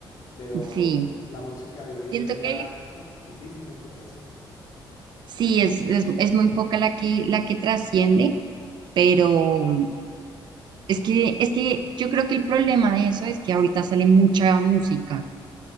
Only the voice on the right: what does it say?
Sí,
siento
que
sí, es, es, es muy poca la que, la que trasciende, pero es que, es que yo creo que el problema de eso es que ahorita sale mucha música.